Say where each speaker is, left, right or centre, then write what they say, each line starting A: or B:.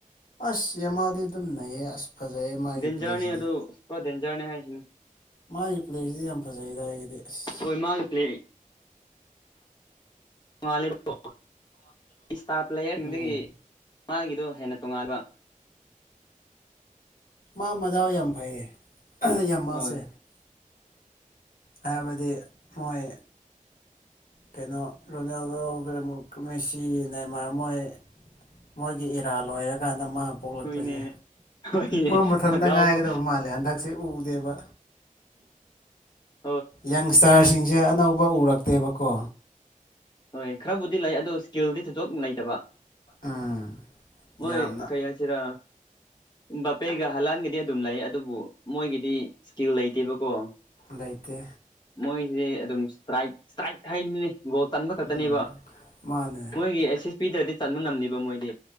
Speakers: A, on the left; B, on the left.
A: ꯑꯁ ꯌꯃꯗ ꯑꯗꯨꯝ ꯅꯌꯦ ꯑꯁ ꯐꯖꯩꯌꯦ ꯃꯥꯒꯤ
B: ꯗꯦꯟꯖꯥꯔꯅꯤ
A: ꯄ꯭ꯂꯦꯁꯤꯗꯤ
B: ꯑꯗꯨ ꯄꯨꯔꯥ ꯗꯦꯟꯖꯥꯔꯅꯤ ꯍꯥꯏꯁꯤꯅꯤ
A: ꯃꯥꯒꯤ ꯄ꯭ꯂꯦꯁꯁꯤꯗꯤ ꯌꯥꯝ ꯐꯖꯩꯗ ꯑꯩꯒꯤꯗꯤ ꯑꯁ
B: ꯍꯣꯏ ꯃꯥꯒꯤ ꯄ꯭ꯂꯦ <unintelligible>
A: ꯎꯝ
B: ꯃꯥꯒꯤꯗꯣ ꯍꯦꯟꯅ ꯇꯣꯉꯥꯟꯕ
A: ꯃꯥ ꯃꯗꯥꯎ ꯌꯥꯝ ꯐꯩꯌꯦ ꯌꯥꯝ ꯃꯥꯁꯦ
B: ꯍꯣꯏ
A: ꯇꯕꯗꯤ ꯃꯣꯏ ꯀꯩꯅꯣ ꯂꯣꯗ ꯃꯦꯁꯤ ꯅꯥꯏꯃꯥꯔꯃꯣꯏ ꯃꯣꯏꯒꯤ ꯏꯔꯥꯜ ꯂꯣꯏꯔꯀꯥꯟꯗ ꯃꯥ ꯄꯣꯛꯂꯛꯄꯁꯦ
B: ꯍꯣꯏꯅꯦ ꯍꯣꯏꯅꯦ
A: ꯃ ꯃꯊꯟꯇ
B: ꯃꯗꯥꯎꯀꯣ
A: ꯉꯥꯏꯒꯗꯕ ꯃꯥꯜꯂꯦ ꯍꯟꯗꯛꯁꯦ ꯎꯗꯦꯕ
B: ꯎꯝ
A: ꯌꯪꯁꯇꯥꯔꯁꯤꯡꯁꯦ ꯑꯅꯧꯕ ꯎꯔꯛꯇꯦꯕꯀꯣ
B: ꯍꯣꯏ ꯈꯔꯕꯨꯗꯤ ꯂꯩ ꯑꯗꯨꯣ ꯏꯁꯀꯤꯜꯗꯤ ꯊꯣꯏꯗꯣꯛ ꯂꯩꯇꯕ
A: ꯎꯝ
B: ꯍꯣꯏ
A: ꯌꯥꯝꯅ
B: ꯀꯩꯍꯥꯢꯁꯤꯔꯥ ꯕꯥꯄꯦꯒ ꯍꯂꯥꯟꯒꯗꯤ ꯑꯗꯨꯝ ꯂꯩ ꯑꯗꯨꯕꯨ ꯃꯣꯏꯒꯤꯗꯤ ꯏꯁꯀꯤꯜ ꯂꯩꯇꯦꯕꯀꯣ
A: ꯂꯩꯇꯦ
B: ꯃꯣꯏ ꯑꯗꯨꯝ ꯏꯁꯇ꯭ꯔꯥꯏꯛ ꯍꯥꯏꯗꯨꯅꯤ ꯒꯣꯜ ꯆꯟꯕ ꯈꯛꯇꯅꯦꯕ
A: ꯎꯝ ꯃꯥꯅꯦ
B: ꯃꯣꯏꯒꯤꯁꯤ ꯄꯤꯗ꯭ꯔꯗꯤ ꯆꯟꯕ ꯉꯝꯅꯦꯕ ꯃꯣꯏꯗꯤ